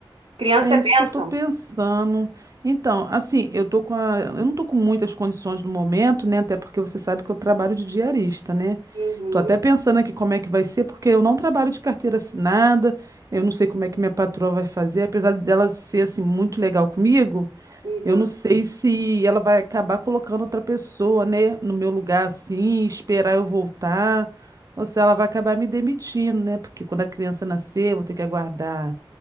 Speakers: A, on the right (about 80°); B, on the right (about 40°).
A: Criança
B: É
A: é
B: isso
A: bênção.
B: que eu tô pensando. Então, assim, eu tô com a... eu não tô com muitas condições no momento, né? Até porque você sabe que eu trabalho de diarista, né?
A: Uhum,
B: Tô até pensando aqui como é que vai ser, porque eu não trabalho de carteira assinada, eu não sei como é que minha patroa vai fazer, apesar dela ser assim muito legal comigo,
A: uhum.
B: eu não sei se ela vai acabar colocando outra pessoa, né, no meu lugar assim, esperar eu voltar, ou se ela vai acabar me demitindo, né? Porque quando a criança nascer, eu vou ter que aguardar,